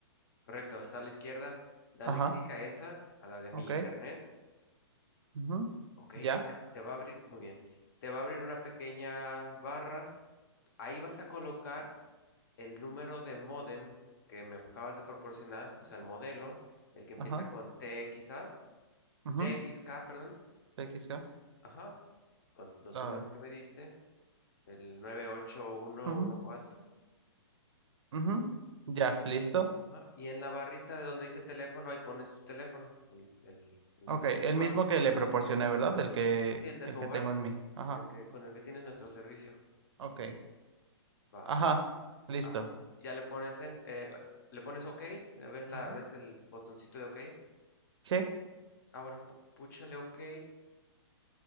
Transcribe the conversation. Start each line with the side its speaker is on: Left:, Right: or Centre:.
Left: Correcto, está a la izquierda. Dale
Right: Ajá.
Left: clic a esa, a la de Mi
Right: Ok.
Left: Internet.
Right: Ujú.
Left: Ok, te,
Right: Ya.
Left: te va a abrir, muy bien. Te va a abrir una pequeña barra. Ahí vas a colocar el número de módem que me acabas de proporcionar, o sea, el modelo, el que empieza
Right: Ajá.
Left: con T T X A,
Right: Ujú.
Left: T X K perdón,
Right: TXK.
Left: ajá, con los
Right: Ah,
Left: números que me diste, el 98114,
Right: ujú, ujú. Ya.
Left: y,
Right: Listo.
Left: ajá, y en la barrita de donde dice teléfono, ahí pones tu teléfono, el, el- el
Right: Ok.
Left: de tu
Right: El
Left: hogar,
Right: mismo que le proporcioné, ¿verdad? El que,
Left: sí, el de
Right: el
Left: tu
Right: que
Left: hogar,
Right: tengo en mí. Ajá.
Left: el que, con el que tienes nuestro servicio,
Right: Ok.
Left: va,
Right: Ajá. Listo.
Left: ajá, ya le pones en, eh, le pones OK, ves la,
Right: Ujú.
Left: ves el botoncito de OK,
Right: Sí.
Left: ah, bueno, pu- púchale OK,